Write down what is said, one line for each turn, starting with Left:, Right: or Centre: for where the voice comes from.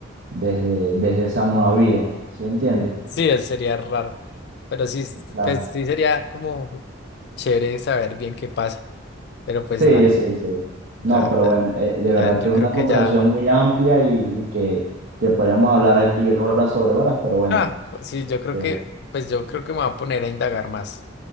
Right: desde, desde esa nueva vida, ¿sí entiendes?
Left: Sí, eso sería raro, pero sí,
Right: Claro.
Left: pues, sí sería como chévere saber bien qué pasa. Pero pues
Right: Sí,
Left: nada,
Right: sí, sí.
Left: ya,
Right: No, pero
Left: ya,
Right: bueno, eh, de
Left: ya,
Right: verdad
Left: yo
Right: que es
Left: creo
Right: una
Left: que
Right: conversación
Left: ya.
Right: muy amplia y, y que, que podríamos hablar aquí horas sobre horas, pero bueno,
Left: Ah, pues sí, yo
Right: este,
Left: creo que, pues yo creo que me voy a poner a indagar más.